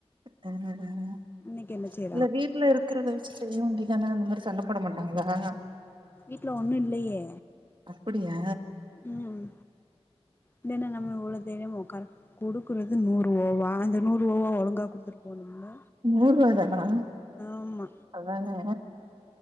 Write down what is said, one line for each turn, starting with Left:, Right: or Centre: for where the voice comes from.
Right: அ தர தர
Left: இன்னைக்கு என்ன செய்
Right: இல்ல வீட்ல இருக்குறத வச்சு செய்ய வேண்டியதானே அந்த மாரி சண்டப் போட மாட்டாங்களா
Left: வீட்ல ஒன்னு இல்லையே
Right: அப்புடியா
Left: ம் இல்லன்னா நம்ம இவ்ளோ தைரியமா உக்கார குடுக்குறது நூறுவா வாங் நூறுவாவ ஒழுங்கா குடுத்துட்டு போணும்ல
Right: நூறு ரூவா தானா
Left: ஆமா
Right: அதானே